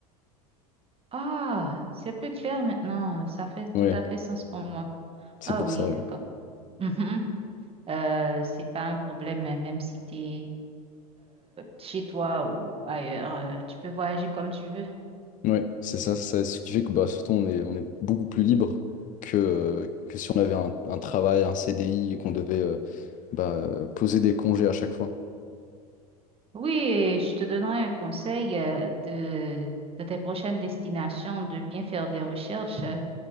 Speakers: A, on the right; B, on the left.
A: Ah, c'est plus clair maintenant. euh, Ça fait
B: Ouais,
A: tout à fait sens pour moi.
B: c'est
A: Ah
B: pour
A: oui,
B: ça, ouais.
A: quand- Mhm. Euh, c'est pas un problème, hein, même si tu es chez toi ou ailleurs, euh, tu peux voyager comme tu veux.
B: Ouais, c'est ça, c'est ça. Ce qui fait que bah, surtout on est, on est beaucoup plus libre que, euh, que si on avait un, un travail, un CDI et qu'on devait... euh, Bah, euh, poser des congés à chaque fois.
A: Oui, et je te donnerai un conseil euh, de, de tes prochaines destinations, de bien faire des recherches euh,